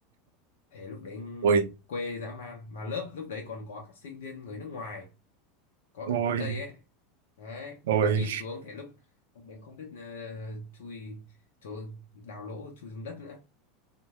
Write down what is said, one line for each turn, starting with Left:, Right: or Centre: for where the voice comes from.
Left: thế lúc đấy
Right: ui
Left: quê dã man mà lớp lúc đấy còn có các sinh viên người nước ngoài có
Right: ui
Left: cả người Tây ấy đấy người
Right: ui
Left: ta nhìn xuống thế lúc lúc đấy không biết ờ, chui chỗ đào lỗ chui xuống đất nữa